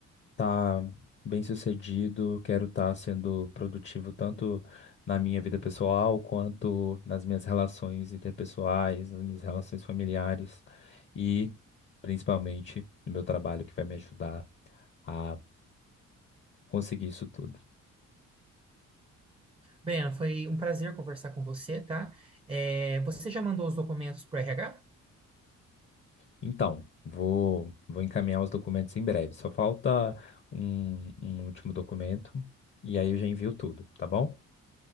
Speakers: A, on the left (about 40°); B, on the right (about 20°).
A: tá bem sucedido, quero estar sendo produtivo tanto na minha vida pessoal quanto nas minhas relações interpessoais, nas minhas relações familiares e principalmente no meu trabalho que vai me ajudar a conseguir isso tudo.
B: Breno, foi um prazer conversar com você, tá? É, você já mandou os documentos para o RH?
A: Então, vou, vou encaminhar os documentos em breve. Só falta um, um último documento e aí eu já envio tudo, tá bom?